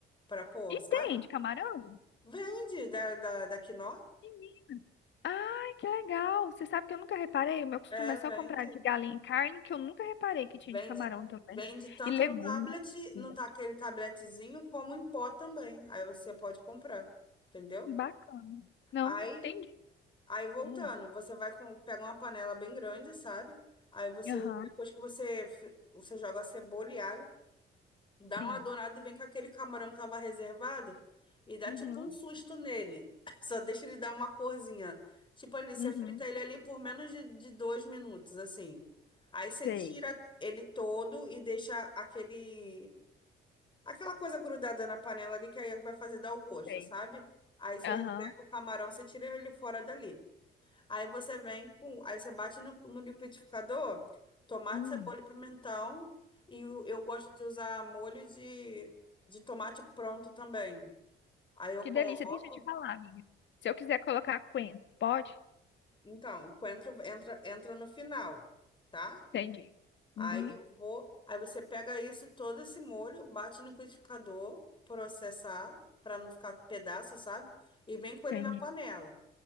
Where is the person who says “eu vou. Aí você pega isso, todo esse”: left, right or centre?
Left